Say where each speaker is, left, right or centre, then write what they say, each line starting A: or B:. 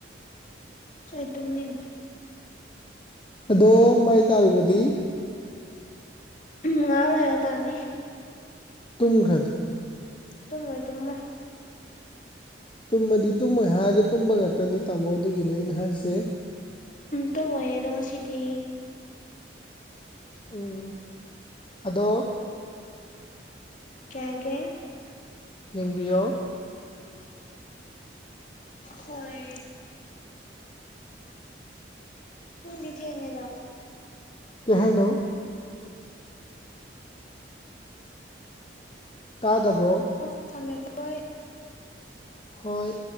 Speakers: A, on the left; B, on the left.
A: ꯑꯩ ꯇꯨꯝꯅꯤꯡ
B: ꯑꯗꯣ ꯃꯥꯏ ꯇꯥꯔꯨꯕꯗꯤ
A: <unintelligible> ꯇꯥꯅꯤ
B: ꯇꯨꯝꯈ꯭ꯔꯗꯤ
A: ꯇꯨꯝꯃ‌ꯣꯏ ꯇꯨꯝꯃ‌ꯣꯏ
B: ꯇꯨꯝꯃꯗꯤ ꯇꯨꯝꯃꯣꯏ ꯍꯥꯏꯔꯒ ꯇꯨꯝꯕ ꯉꯥꯛꯇꯅꯤ ꯇꯥꯃꯣ ꯑꯗꯨꯒꯤꯅꯤ ꯑꯩꯅ ꯍꯥꯏꯖ‌ꯦ
A: ꯇꯨꯝꯃ‌ꯣꯏꯌ‌ꯦꯗꯥ ꯉꯁꯤꯗꯤ
B: ꯎꯝ ꯑꯗꯣ
A: ꯀꯩ ꯍꯥꯏꯒꯦ
B: ꯌꯦꯡꯕꯤꯌꯣ
A: ꯍꯣꯏ ꯄꯨꯡꯗꯤ ꯊꯦꯡꯉ‌ꯦꯗ
B: ꯀꯩꯍꯥꯏꯅꯣ ꯇꯥꯗꯕ꯭ꯔꯣ
A: ꯑꯣ ꯊꯝꯃꯦꯀ‌ꯣ ꯑꯩ
B: ꯍꯣꯏ